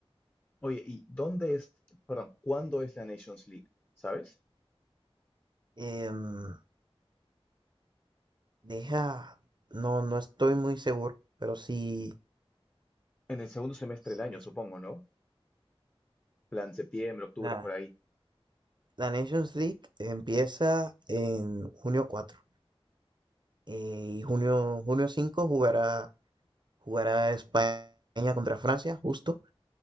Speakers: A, on the left; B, on the right.
A: Oye, ¿y dónde es, perdón, cuándo es la Nations League? ¿Sabes?
B: Em, deja, no, no estoy muy seguro, pero sí,
A: En el segundo semestre
B: sí
A: del año,
B: es
A: supongo, ¿no? Plan septiembre, octubre,
B: una,
A: por ahí.
B: La Nations League empieza en junio 4 eh, y junio, junio 5 jugará, jugará España contra Francia, justo.